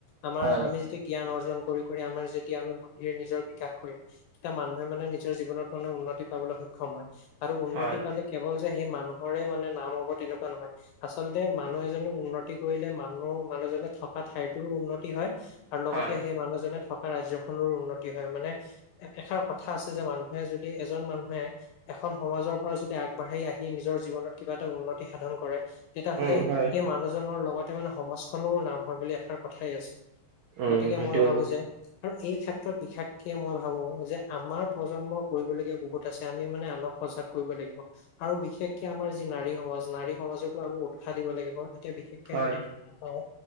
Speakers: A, on the left; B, on the right.
A: আমাৰ
B: হয়
A: আমি যেতিয়া জ্ঞান অৰ্জন কৰি কৰি আমাৰ যেতিয়া আমি মন্দিৰৰ নিজে বিকাশ কৰিম এটা মানুহে মানে নিজৰ জীৱনত মানে উন্নতি পাবলৈ সক্ষম হয়। আৰু উন্নতি
B: হয়
A: পালে কেৱল যে সেই মানুহৰে মানে নাম হ'ব তেনেকুৱা নহয় আচলতে মানুহ এজনে উন্নতি কৰিলে মানুহ মানুহজনে থকা ঠাইটোৰো উন্নতি হয় আৰু লগতে
B: হয়
A: সেই মানুহজনে থকা ৰাজ্যখনৰো উন্নতি হয় মানে এষাৰ কথা আছে যে মানুহে যদি এজন মানুহে এখন সমাজৰ পৰা যদি আগবাঢ়ি আহি নিজৰ জীৱনত কিবা এটা উন্নতি সাধন কৰে তেতিয়াহ'লে
B: উম হয়
A: সেই মানুহজনৰ লগতে মানে সমাজখনৰ নাম হয় বুলি এষাৰ কথাই আছে।
B: উম
A: গতিকে
B: সেইটো
A: মই ভাবো যে আৰু এই ক্ষেত্ৰত বিশেষকৈ মই ভাবোঁ যে আমাৰ প্ৰজন্ম কৰিবলগীয়া বহুত আছে আমি মানে আনক সজাক কৰিব লাগিব আৰু বিশেষকে আমাৰ যি নাৰী সমাজ নাৰী সমাজক আমি উৎসাহ দিব লাগিব এতিয়া বিশেষকে
B: হয়
A: আমি দেখি পাওঁ